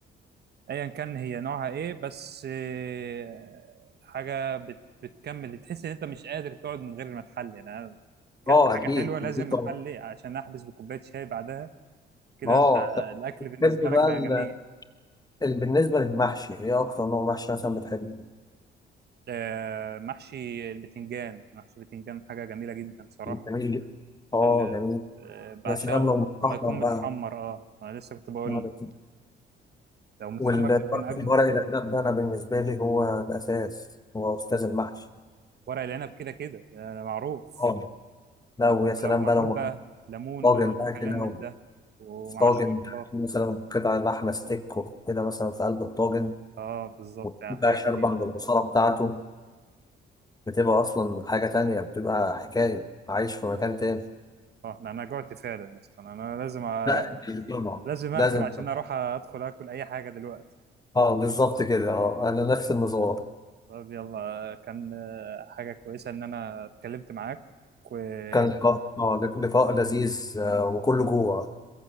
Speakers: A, on the right; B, on the left.
A: ايا كان هي نوعها ايه بس آه، حاجه بت بتكمل تحس ان انت مش قادر تقعد من غير ما تحلي يعني انا اكلت
B: اه
A: حاجه
B: اكيد
A: حلوه لازم
B: اكيد طبعا
A: احلي عشان احبس بكوبايه شاي بعدها كده
B: اه
A: انت
B: طب
A: الاكل بالنسبه
B: تحب
A: لك
B: بقى
A: بقى جميل
B: بالنسبة للمحشي هي أكتر نوع محشي مثلا بتحبه
A: آه، محشي البتنجان محشي البتنجان حاجه جميله جدا صراحه
B: جميل اه
A: آه،
B: جميل
A: آه، بعشقه
B: يا سلام لو متحمر
A: ما يكون
B: بقى
A: متحمر اه انا لسه كنت بقول
B: مرة
A: لك
B: كده.
A: لو متحمر
B: وال-
A: بيكون اجمل
B: والورق العنب ده أنا بالنسبة لي هو الأساس هو أستاذ المحشي
A: ورق العنب كده كده آه، معروف
B: اه لا ويا
A: ولو
B: سلام
A: معمول
B: بقى لو
A: بقى ليمون
B: طاجن
A: بقى
B: بقى
A: وكلام
B: كده
A: من
B: أو
A: ده ومعاه
B: في طاجن
A: شوربه
B: مثلا قطع لحمة ستيك وكده مثلا في قلب الطاجن
A: اه بالظبط
B: وبقى
A: يعني حاجه جميله
B: شاربة من البصارة بتاعته بتبقى أصلا حاجة تانية بتبقى حكاية عايش في مكان تاني
A: اه انا أنا جوعت فعلا يا اسطى انا لازم أ...
B: لا طبعا
A: لازم اقفل
B: لازم
A: عشان اروح ادخل اكل اي حاجه دلوقتي
B: اه بالظبط كده اه انا نفس النظام
A: طب يلا كان آه، حاجه كويسه ان انا اتكلمت معاك وكله
B: كان لقاء اه لق- لقاء لذيذ آه، وكله جوه